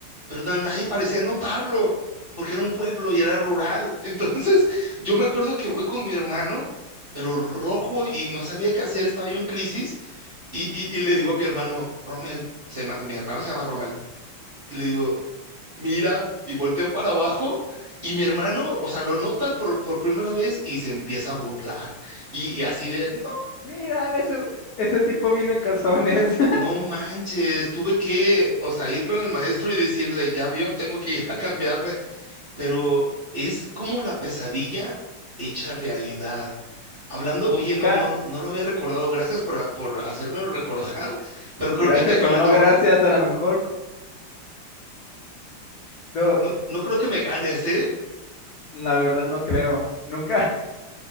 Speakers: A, on the right; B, on the left.
A: pero na- nadie parecía notarlo, porque era un pueblo y era rural. <laughs> Entonces, yo me acuerdo que voy con mi hermano, pero rojo y no sabía qué hacer, estaba yo en crisis, y, y, y le digo a mi hermano, Rommel, se llama- mi hermano se llama Rommel, y le digo, mira y voltean para abajo y mi hermano, o sea, lo nota por, por primera vez y se empieza a burlar. Y, y así de, no,
B: Mira, en ese, e, ese tipo vino en calzones. <laughs>
A: no manches, tuve que, o sea, ir con el maestro y decirle, ya vio, tengo que ir a cambiarme, pero es como la pesadilla hecha realidad. Hablando,
B: Nunca,
A: oye, no, no, no lo había recordado, gracias por, a- por hacérmelo recordar, pero creo
B: gracias
A: que te gano.
B: o no gracias, a lo mejor. No,
A: No, no creo que me ganes, ¿eh?
B: la verdad no creo. Nunca. <laughs>